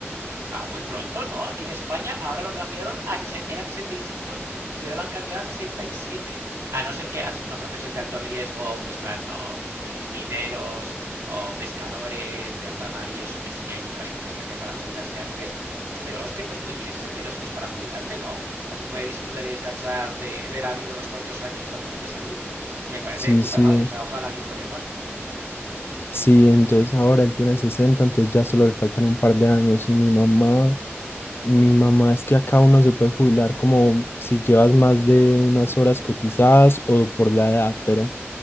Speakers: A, on the right; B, on the left.
A: Ah, muy pronto, ¿no? Aquí en España ahora lo cambiaron a... sesen- Eran 65 y cinco y ahora lo han cambiado a 67. A no ser que hagas una profesión de alto riesgo, pues plan no, de mineros o pescadores de alta mar y eso, que sí que hay un régimen especial para jubilarse antes. Pero hostia, pues muy bien, 62 años para jubilarte, ¿no? Así puedes disfrutar y descansar de, de la vida unos cuantos años estando bien de salud. Y me parece
B: Sí,
A: de puta
B: sí,
A: madre, o sea, ojalá aquí fuera igual.
B: sí, entonces ahora él tiene 60, entonces ya solo le faltan un par de años. Y mi mamá, mi mamá es que acá uno se puede jubilar como si llevas más de unas horas cotizadas o por la edad, pero...